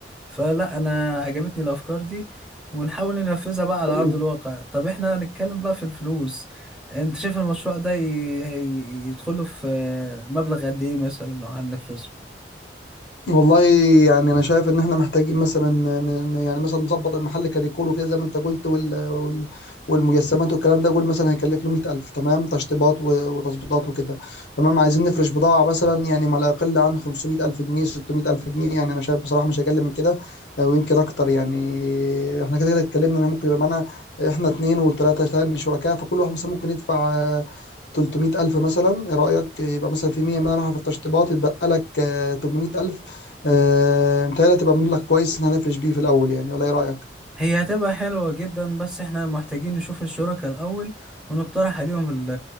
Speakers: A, in the centre; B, on the left (about 70°).
A: فلا انا عجبتني الافكار دي ونحاول ننفذها بقى على
B: تمام
A: ارض الواقع طب احنا هنتكلم بقى في الفلوس انت شايف المشروع ده ي... ي- يدخله في مبلغ قد ايه مثلا لو هننفذه
B: والله يعني انا شايف ان احنا محتاجين مثلا ن- ن- يعني مثلا نظبط المحل كديكور وكده زي ما انت قلت وال وال والمجسمات والكلام ده قول مثلا هيكلف له 100000 تمام تشطيبات و- وتظبيطات وكده تمام عايزين نفرش بضاعة مثلا يعني ما لا يقل عن 500000 جنيه 600000 جنيه يعني انا شايف بصراحة مش اقل من كده ويمكن اكتر يعني احنا كده كده اتكلمنا ان ممكن يبقى معانا احنا اتنين وتلاتة تاني شركاء فكل واحد مثلا ممكن يدفع آه، 300000 مثلا ايه رأيك يبقى مثلا في 100 من راح في التشطيبات يتبقى لك 800000 آه، متهيألي هتبقى مبلغ كويس إن هنفرش بيه في الأول يعني ولا إيه رأيك؟
A: هي هتبقى حلوة جدا بس احنا محتاجين نشوف الشركاء الأول ونقترح عليهم ال-